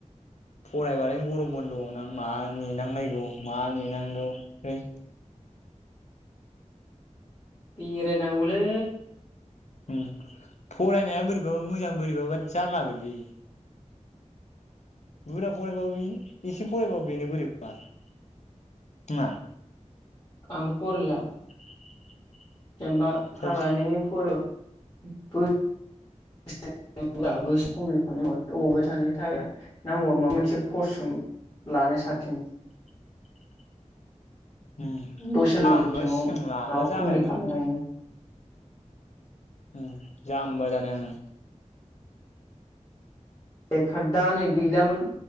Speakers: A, on the left (about 65°); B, on the left (about 25°).
A: फरायबालाय गरम बन्द'आव नां मा नेनांलानांगौ मा नेनांगौ है
B: बेराय नांगौलै
A: ओम फरायनाया बोरैबाबा मोजां बोरैबाबा जारलाबायदि बुरजा फरायबाबो बेनो एसे फरायबाबा बेनो बोरैबाबा नोङा?
B: आंथ' फरायला
A: <inaudible>
B: जेनेबा
A: थोद
B: फारानिनि फरायाबाबो नखम खालामनांग अमे थानायनि थाखाय नांगौबा माबा मोनसे कर्स लानो साबसिन
A: <inaudible> उम
B: बोसोर नै
A: आंबा
B: गोजोङाव
A: सिगां
B: माबा
A: लाबा जाबायमोन
B: कमप्लिट खालामनो हायो नों?
A: उम जाम्बा जादों।
B: लक दा नै गैलामोन